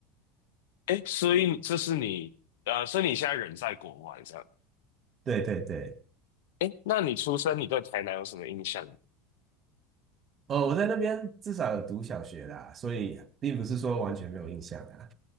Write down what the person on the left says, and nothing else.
哎，所以这是你，呃，所以你现在人在国外这样。
哎，那你出生，你对台南有什么印象？